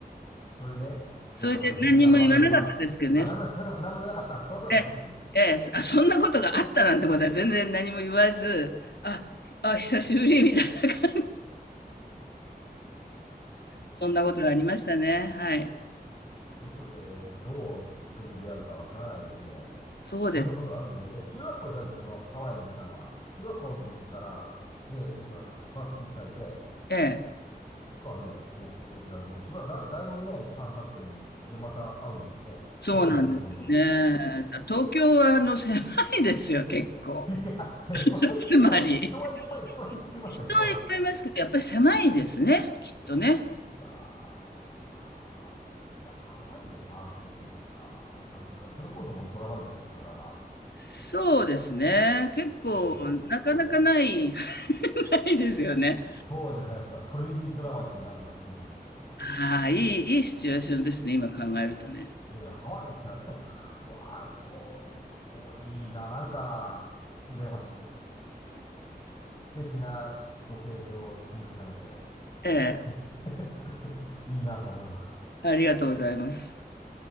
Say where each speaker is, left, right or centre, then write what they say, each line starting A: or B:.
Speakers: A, on the left; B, on the left.
A: それでいや、
B: それで何にも言わなかったですけどね。
A: 私実はハワイでファースト、あ、なんも、なんも、なんも言わなかった。そりゃそうですよね。
B: ええ、ええそあ、そんなことがあったなんてことは全然何も言わず、あ、あ、久しぶりみたいなそんなことがありましたね。はい。
A: どこでどう人に出会うかわからないですね。
B: そうです。
A: そんなことがあるんですね。え、中学校でしょだってそのハワイに行ったのは。中学校の時から、ね、そのファーストキスされて、
B: ええ。
A: そっからね、高校行ってたら、もうしばらくだ、だいぶね、時間経ってるのに、で、また会うんですね。
B: そうなんですね。
A: 奥さん連れで今度。
B: だ東京はあの狭いですよ、結構。
A: <laughs> いや、
B: <laughs>
A: 狭いけど、
B: つまり。
A: 人はいっぱい、人はいっぱいいますね、
B: 人はいっぱいいますけど、
A: 人は。
B: やっぱり狭いですね、きっとね。
A: いやー、でもいいな。ハワイでファーストキスか。なんか、それこそもうドラマみたいな、ドラマ。
B: そうですね。結構なかなかない
A: もうと、うん
B: <laughs> ないですよね。
A: 当時流行ったトレンディードラマにもないようなシチュエーションですよ、本当にも
B: ああ、いい、いいシチュエーションですね、今考えるとね。
A: う。いやいや、ハワイ、あれ、うわー、そう、重いな、なんか、羨ましいです。素敵なご経験を積み重ねて、
B: ええ、
A: 素敵、<laughs> いいなと思います。
B: ありがとうございます。